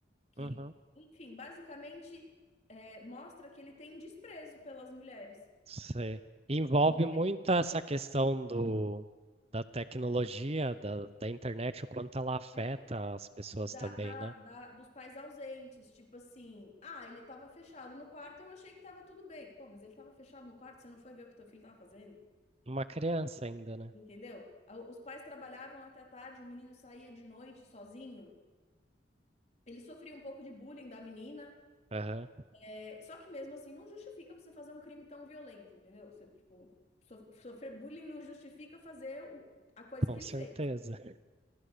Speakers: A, on the left; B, on the right.
A: que,
B: Uhum.
A: enfim, basicamente é, mostra que ele tem desprezo pelas mulheres.
B: Sei. Envolve
A: E ele
B: muito essa questão do, da tecnologia, da, da internet, o quanto ela afeta
A: é
B: as pessoas
A: da,
B: também,
A: da-
B: né?
A: da- dos pais ausentes, tipo assim, ah, ele tava fechado no quarto, eu achei que tava tudo bem. Pô, mas ele tava fechado no quarto, você não foi ver o que teu filho tava fazendo?
B: Uma criança ainda, né?
A: Entendeu? A- Os pais trabalhavam até tarde, o menino saía de noite sozinho. Ele sofria um pouco de bullying da menina.
B: Aham.
A: É, Só que mesmo assim não justifica você fazer um crime tão violento, entendeu? Você, tipo, so- sofrer bullying não justifica fazer o- a coisa
B: Com
A: que ele
B: certeza.
A: fez.